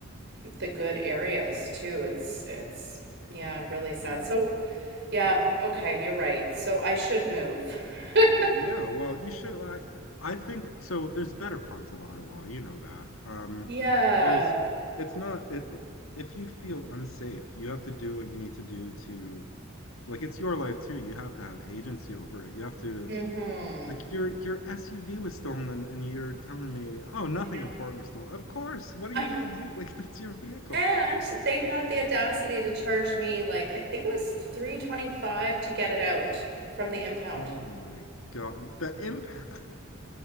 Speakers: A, on the right (about 55°); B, on the left (about 80°).
A: the good areas too. It's it's yeah, really sad.
B: Yeah.
A: So yeah, okay, you're right. So I should move. <laughs>
B: Yeah, well, you should. I, I think so. There's better parts of Ottawa, you know that. Um,
A: Yeah.
B: there's, it's not. It, it- if you feel unsafe, you have to do what you need to do to, like, it's your life too. You have to have agency over it. You have to,
A: Mm-hmm.
B: like, your your SUV was stolen, and you're telling me, oh, nothing
A: I know.
B: important was stolen. Of course. What are
A: I
B: you
A: know.
B: gonna do? <laughs> Like, that's your vehicle.
A: And they had the audacity to charge me like I think it was 325 to get it out from the impound.
B: Oh my God, the impact. <laughs>